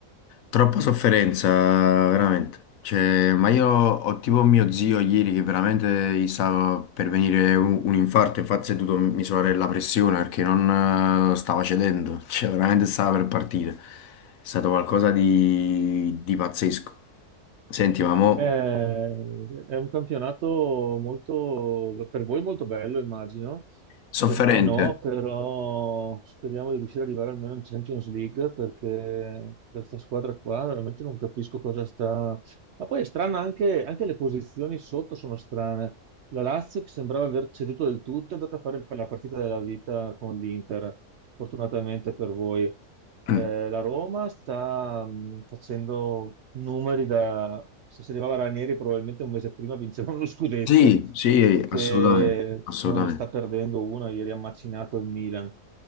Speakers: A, on the left; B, on the right.
A: troppa sofferenza, veramente. Cioè, ma io ho tipo mio zio ieri che veramente gli stava per venire un, un infarto, infatti si è dovuto misurare la pressione perché non eh, stava cedendo, <laughs> cioè veramente stava per partire. È stato qualcosa di, di pazzesco. Senti, ma mo...
B: Eh, è un campionato molto, per voi molto bello, immagino,
A: Sofferente.
B: per noi no, però speriamo di riuscire ad arrivare almeno in Champions League perché questa squadra qua veramente non capisco cosa sta... Ma poi è strana anche, anche le posizioni sotto sono strane. La Lazio che sembrava aver ceduto del tutto è andata a fare il- la partita della vita con l'Inter, fortunatamente per voi.
A: Mm.
B: Eh, la Roma sta mh, facendo numeri da... Se si arrivava Ranieri probabilmente un mese prima vinceva <laughs> uno scudetto,
A: Sì, sì,
B: perché
A: assolutamente, assolutamente.
B: non ne sta perdendo una, ieri ha macinato il Milan.